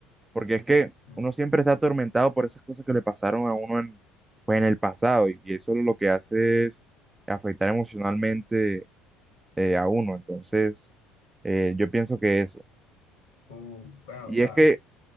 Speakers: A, on the right (about 15°); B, on the left (about 70°).
A: porque es que
B: Mm,
A: uno siempre está atormentado por esas cosas que le pasaron a uno en, pues en el pasado y, y eso lo que hace es afectar emocionalmente eh, a uno. Entonces, eh, yo pienso que eso.
B: Uh, bueno,
A: Y
B: está.
A: es que,